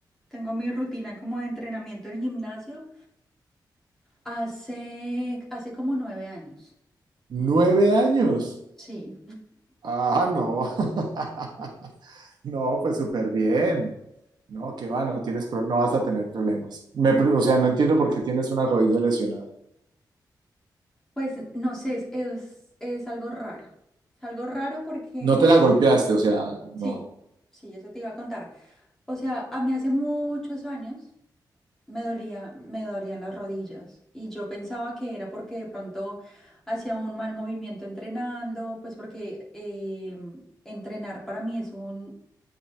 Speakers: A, in the centre; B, on the right.
A: tengo mi rutina como de entrenamiento en gimnasio hace, hace como nueve años.
B: Nueve años.
A: Sí,
B: Ah, no. <laughs> No, pues súper bien. No, qué va, no tienes pro- no vas a tener problemas. Me, pre- o sea, no entiendo por qué tienes una rodilla lesionada.
A: pues no sé, es, es, es algo raro. Es algo raro porque,
B: No te la golpeaste, o sea,
A: sí,
B: no.
A: sí, eso te iba a contar. O sea, a mí hace muchos años me dolía, me dolían las rodillas y yo pensaba que era porque de pronto hacía un mal movimiento entrenando, pues porque eh, entrenar para mí es un,